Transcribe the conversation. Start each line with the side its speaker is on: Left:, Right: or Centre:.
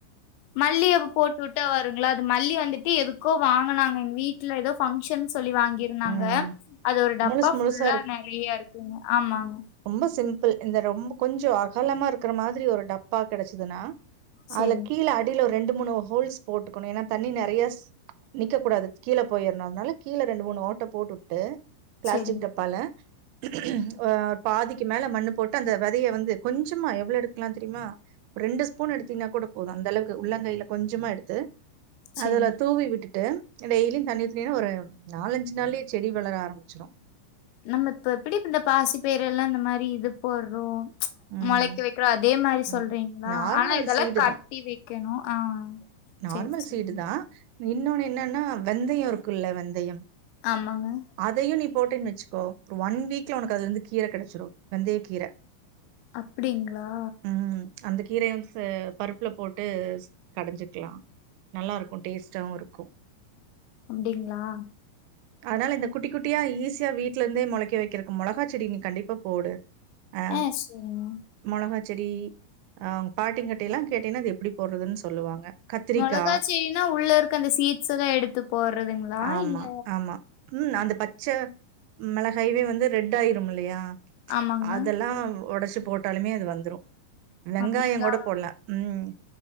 Left: மல்லிய அப்போ போட்டுவுட்டா வரு குங்களா அது மல்லி வந்துட்டு எதுக்கோ வாங்குனாங்க எங்க வீட்டல ஏதோ பங்க்ஷன் சொல்லி வாங்கி ந்தாங்க
Right: ம்
Left: அது ஒரு டப்பா
Right: முழுசு முழுசா
Left: புல்லா நெறையா இருக்குங்க ஆமாங்க
Right: ரொம்போ சிம்பிள் இந்த ரொம்ப கொஞ்சோ அகலமா இருக்கற மாதிரி ஒரு டப்பா கெடச்சுதுனா
Left: செரிங்
Right: அதுல கீழ அடில ஒரு ரெண்டு மூணு ஹோல்ஸ் போட்டுக்கணு ஏனா தண்ணி நெறையா ஸ் நிக்க கூடாது கீழ போயற்ணு அதனால கீழ ரெண்டு மூணு ஓட்ட போட்டு உட்டு பிளாஸ்டிக்
Left: செரிங்
Right: டப்பால ம் பாதிக்கு மேல மண்ணு போட்டு அந்த வெதய வந்து கொஞ்சமா எவ்ளோ எடுக்கலா தெரியுமா ஒரு ரெண்டு ஸ்பூன் எடுத்தீன்னா கூட போது அந்த அளவுக்கு உள்ளங்கைல கொஞ்சமா எடுத்து
Left: செரிங்
Right: அதுல தூவி விட்டுட்டு டெய்லியு தண்ணி ஊத்துணியனா ஒரு நாலஞ்சு நாள்யே செடி வளர ஆரம்பிச்சிரு
Left: நம்ம இப்ப எப்படி இப்ப இந்த பாசி பயிர எல்லா இந்த மாரி இது போடுறோ ச்
Right: ம்,
Left: மொளைக்க வெக்களா அதே மாரி
Right: ம்.
Left: சொல்றீங்களா
Right: நார்மல்
Left: ஆனா இதெல்லா
Right: சீடு
Left: கட்
Right: தான்.
Left: ட்டி விக்கணு ஆ
Right: நார்மல்
Left: சேரி சேரிங்க
Right: சீடு தா இன்னொன்னு என்னன்னா வெந்தயோ இருக்குல்ல வெந்தயம்
Left: ஆமாங்க
Right: அதையு நீ போட்டீன் வெச்சுக்கோ ஒரு ஒன் வீக்ல உனக்கு அது வந்து கீர கெடச்சிடு வெந்தய கீர
Left: அப்டிங்ளா
Right: ம் அந்த கீரய வந்து பருப்புல போட்டு கடஞ்சு க்லா நல்லா இருக்கு டேஸ்ட்டாவு இருக்கு
Left: அப்டிங்ளா
Right: அதனால இந்த குட்டி குட்டியா ஈஸியா வீட்லருந்தே மொளைக்க வெக்கிறக்கு மொளகா செடி நீ கண்டிப்பா போடு அ
Left: ஆ செரிங்க
Right: மொளகா செடி அ பாட்டிங்கிட்டையெல்லா கேட்டீங்கன்னா அது எப்புடி போடுறதுன்னு சொல்லுவாங்க கத்திரிக்கா
Left: மொளகா செடினா உள்ள இருக்க அந்த சீட்ஸ் எல்லா எடுத்து போடுறதுங்ளா
Right: ஆமா,
Left: இல்ல
Right: ஆமா. ம் அந்த பச்ச மெளகைவே வந்து ரெட் ஆயிரும் இல்லையா
Left: ஆமாங்க.
Right: அதெல்லா ஒடச்சு போட்டாலுமே அது வந்துரு வெங்காயங்
Left: அப்டிங்களா?
Right: கூட போடலா ம்